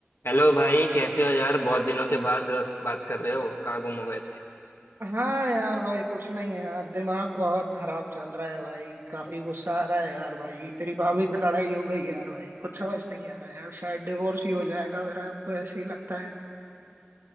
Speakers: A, on the left; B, on the right.
A: Hello भाई कैसे हो यार बहुत दिनों के बाद बात कर रहे हो कहाँ गुम हो गए थे
B: हाँ यार भाई कुछ नहीं है यार दिमाग बहुत खराब चल रहा है भाई काफी गुस्सा आ रहा है यार भाई तेरी भाभी से लड़ाई हो गई यार भाई कुछ समझ नहीं आ रहा है यार शायद डिवोर्स ही हो जाएगा मेरा अब तो ऐसे ही लगता है